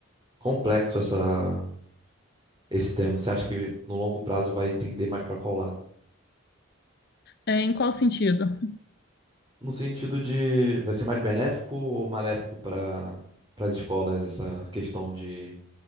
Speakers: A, on the right (about 20°); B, on the left (about 50°).
A: complexo essa, esse tema. Você acha que no longo prazo vai tender mais para qual lado?
B: É, em qual sentido?
A: No sentido de vai ser mais benéfico ou maléfico para para as escolas essa questão de